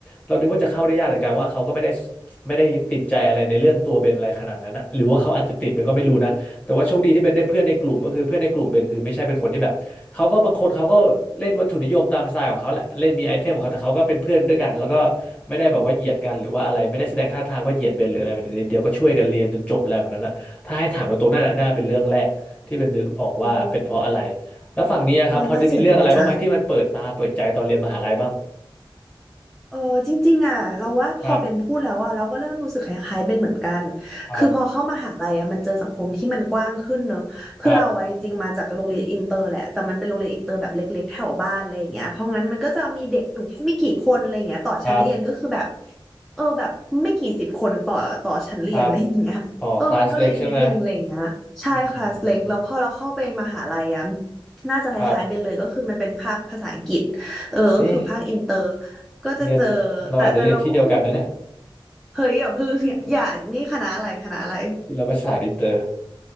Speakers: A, on the left; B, in the centre.
A: เรานึกว่าจะเข้าได้ยากแต่กลารว่าเขาก็ไม่ได้ไม่ได้ติดใจอะไรในเรื่องตัวเบนอะไรขนาดนั้นนะหรือว่าเขาอาจจะติดเบนก็ไม่รู้นะ แต่ว่าโชคดีที่เบนได้เพื่อนในกลุ่มก็คือเพื่อนในกลุ่มเบนคือไม่ใช่เป็นคนที่แบบเขาก็บางคนเขาก็เล่นวัตถุนิยมตามสไตล์ของเขาแหละเล่นมีไอเทมของเขาแต่เขาก็เป็นเพื่อนด้วยกันแล้วก็ไม่ได้แบบว่าเหยียดกันหรือว่าอะไรไม่ได้แสดงท่าทางว่าเหยียดเบนหรืออะไรแต่นิดเดียวก็ช่วยกันเรียนจนจบอะไรแบบนั้นอ่ะถ้าให้ถามตรงๆนั่นน่ะน่าเป็นเรื่องแรกที่เบนนึกออกว่าเป็นเพราะอะไร
B: โอ้
A: แล้วฝั่งนี้อะครับพอจะมีเรื่องอะไรบ้างไหมที่มันเปิดตาเปิดใจตอนเรียนมหาลัยบ้าง
B: เออน่าสนใจจัง เออจริงๆอ่ะเราว่าพอเบนพูดแล้วอ่ะเราก็เริ่มรู้สึกคล้ายๆเบนเหมือนกัน
A: ครับครับ
B: คือพอเข้ามหาลัยอ่ะมันเจอสังคมที่มันกว้างขึ้นเนอะคือเราอ่ะจริงๆมาจากโรงเรียนอินเตอร์แหละแต่มันเป็นโรงเรียนอินเตอร์แบบเล็กๆแถวบ้านอะไรอย่างเงี้ยเพราะงั้นมันก็จะมีเด็กอยู่แค่ไม่กี่คนอะไรอย่างเงี้ยต่อชั้นเรียนก็คือแบบ
A: ครับ <laughs> ครับ
B: เออแบบไม่กี่สิบคนต่อต่อชั้นเรียนอะไรอย่างเงี้ยเออมันก็เล็กนิดนึงอะไรอย่างเงี้ยใช่คลาสเล็กแล้วพอเราเข้าไปมหาลัยอ่ะ
A: ครับอ๋อคลาสเล็กใช่ไหมอืมอืมอืม
B: น่าจะคล้ายๆเบนเลยก็คือมันเป็นภาคภาษาอังกฤษเออก็คือภาคอินเตอร์
A: ครับนี่
B: ก็จะเจอแต่แต่เราก็คง
A: เรียนเราอาจจะเรียนที่เดียวกันนะเนี่ย
B: เฮ้ยอย่าเพิ่ง <laughs> อย่าอย่านี่คณะอะไรคณะอะไร
A: เออศิลปศาสตร์อินเตอร์